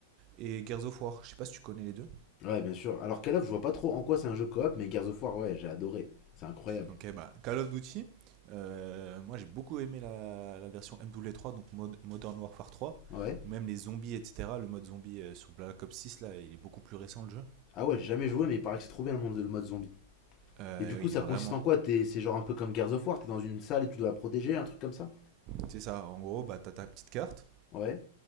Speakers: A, on the right; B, on the left.
A: Et Gears of War, je sais pas si tu connais les deux.
B: Ouais, bien sûr. Alors, Call of, je vois pas trop en quoi c'est un jeu coop, mais Gears of War, ouais, j'ai adoré. C'est incroyable.
A: Ok, bah Call of Duty, euh, moi j'ai beaucoup aimé la, la version MW3, donc Mod- Modern Warfare 3,
B: Ouais?
A: ou même les zombies, etc. Le mode zombie euh, sur Black Ops 6, là, il est beaucoup plus récent le jeu.
B: Ah ouais, j'ai jamais joué, mais il paraît que c'est trop bien le monde, le mode zombie.
A: Euh,
B: Et du coup,
A: il
B: ça
A: est vraiment...
B: consiste en quoi? T'es, c'est genre un peu comme Gears of War, t'es dans une salle et tu dois la protéger, un truc comme ça?
A: C'est ça, en gros, bah t'as ta petite carte,
B: Ouais?